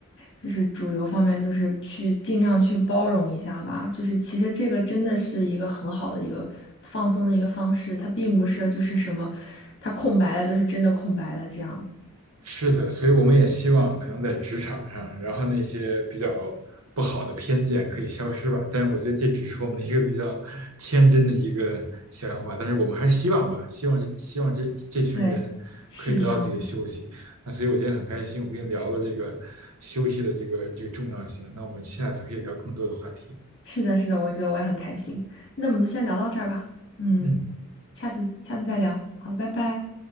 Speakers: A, on the left; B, on the right.
A: 就是主流方面，就是去尽量去包容一下吧。就是其实这个真的是一个很好的一个放松的一个方式，它并不是就是什么，它空白了就是真的空白了这样。
B: 是的，所以我们也希望可能在职场上，然后那些比较不好的偏见可以消失吧。但是我觉得这只是我们的一个比较天真的一个想法，但是我们还是希望吧，希望这希望这这群人可以得到自己的休息。
A: 对，是这样的。
B: 那所以我今天很开心，我跟你聊了这个休息的这个这个重要性。那我们下次可以聊更多的话题。
A: 是的，是的，我觉得我也很开心。那我们就先聊到这儿吧。嗯，
B: 嗯。
A: 下次下次再聊。好，拜拜。